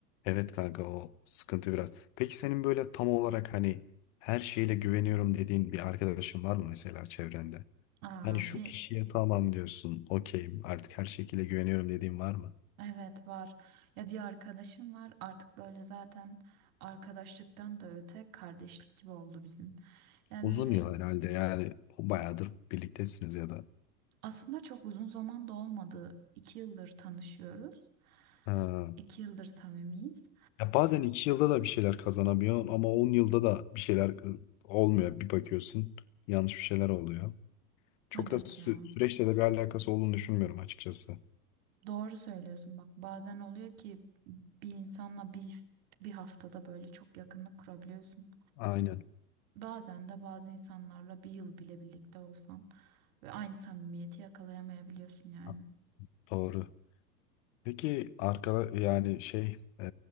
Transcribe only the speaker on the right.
Abi
evet var. Ya bir arkadaşım var artık böyle zaten arkadaşlıktan da öte kardeşlik gibi oldu bizim. Yani
böyle
Aslında çok uzun zaman da olmadı. İki yıldır tanışıyoruz.
İki yıldır samimiyiz.
Evet
ya.
Doğru söylüyorsun bak. Bazen oluyor ki bir insanla bir bir haftada böyle çok yakınlık kurabiliyorsun.
Bazen de bazı insanlarla bir yıl bile birlikte olsan ve aynı samimiyeti yakalayamayabiliyorsun yani.